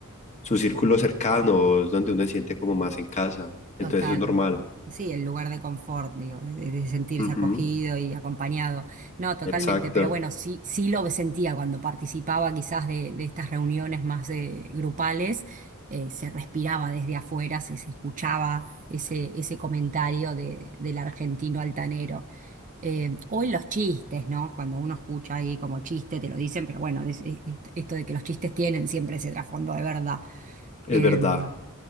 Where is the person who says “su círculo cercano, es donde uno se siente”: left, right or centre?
Left